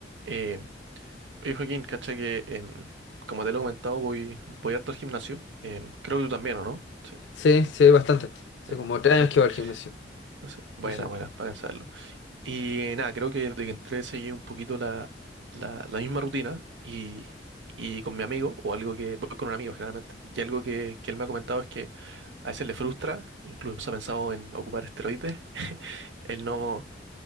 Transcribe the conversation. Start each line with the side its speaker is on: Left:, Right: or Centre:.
Right: Eh, oye Joaquín, cacha que em, como te lo he comentado, voy, voy harto al gimnasio. Em, creo que tú también, ¿o no? Sí,
Left: Sí, sí, bastante. Hace
Right: sí,
Left: como tres
Right: bastante.
Left: años que voy al gimnasio.
Right: No sé. Buena,
Left: Sí, sí.
Right: buena, para cansarlo. Y eh, nada, creo que desde que entré seguí un poquito la, la, la misma rutina y, y con mi amigo, o algo que, voy con un amigo generalmente, y algo que, que él me ha comentado es que a veces le frustra, incluso ha pensado en ocupar esteroides, el no,